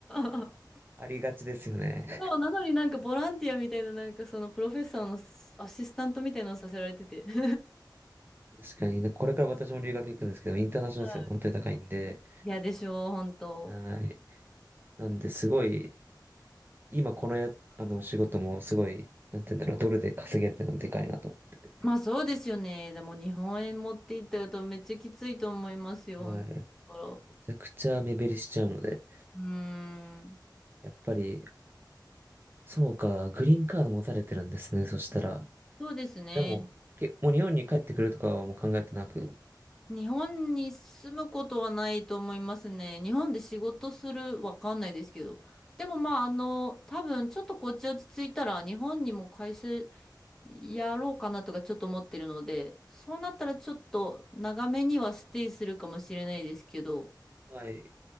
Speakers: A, in the centre; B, on the right.
A: そう。
B: ありがちですよね。
A: <laughs> そう、なのになんかボランティアみたいな、なんかそのプロフェッサーのアシスタントみたいなのをさせられてて。<laughs>
B: <laughs> 確かに。なこれから私も留学行くんですけど、インターナショナル生は本当に高いんで、
A: はいいや、でしょう、本当。
B: はい。なんで、すごい、今このや、あの、仕事もすごい、なんて言うんだろう、ドルで稼げるってのがでかいなと思ってて。
A: まあそうですよね。でも日本円持っていったら多分めっちゃきついと思いますよ。
B: はい。
A: 本当だか
B: めちゃくちゃ目減りしちゃうので、
A: ら。うーん。
B: やっぱり、そうか、グリーンカード持たれてるんですね、そしたら。
A: そうですね。
B: でも、け、もう日本に帰ってくるとかはもう考えてなく。
A: 日本に住むことはないと思いますね。日本で仕事する、わかんないですけど。でもまああの、多分ちょっとこっち落ち着いたら日本にも会社やろうかなとかちょっと思ってるので、そうなったらちょっと長めにはステイするかもしれないですけど、
B: はい。